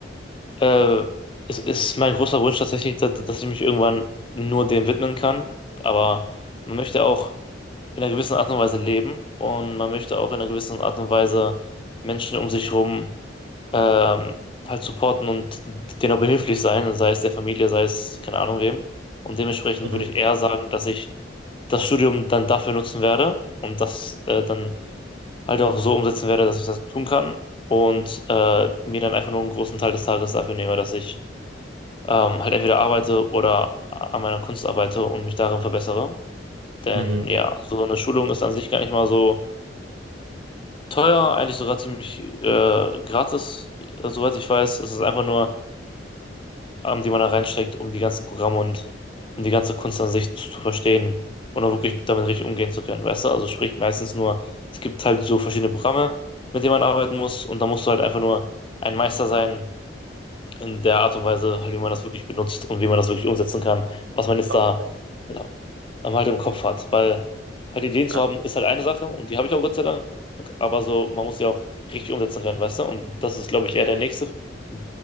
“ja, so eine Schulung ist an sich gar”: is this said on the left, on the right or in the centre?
Left